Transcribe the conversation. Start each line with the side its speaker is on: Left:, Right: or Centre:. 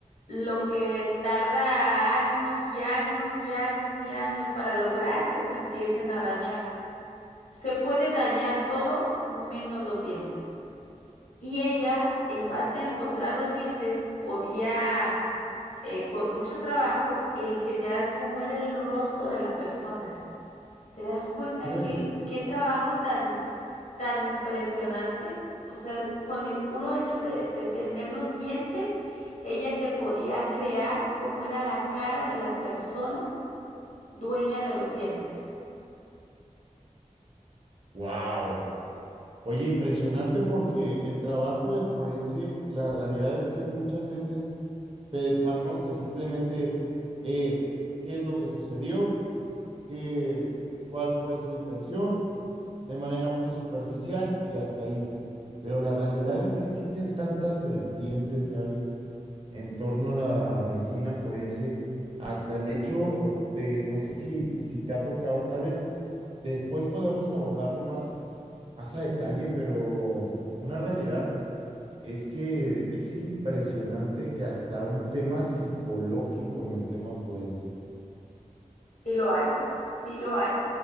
Left: lo que tarda años y años y años y años para lograr que se empiecen a dañar. Se puede dañar todo menos los dientes. Y ella, en base a encontrar los dientes, podía eh, con mucho trabajo el generar cómo era el rostro de la persona. ¿Te das cuenta
Right: ¿crees?
Left: que qué trabajo tan, tan impresionante? O sea, con el puro hecho de, de tener los dientes, ella te podía crear cómo era la cara de la persona dueña de los dientes.
Right: Wow. Oye, impresionante porque el trabajo del forense, la realidad es que muchas veces pensamos que simplemente es qué es lo que sucedió, qué, cuál fue su intención de manera muy superficial y hasta ahí. Pero la realidad es que existen tantas vertientes, Gaby, en torno a la medicina forense, hasta el hecho de, no sé si, si te ha tocado, tal vez después podemos abordarlo más, más a detalle, pero una realidad es que es impresionante que hasta un tema psicológico en el tema forense.
Left: Sí lo hay, sí lo hay.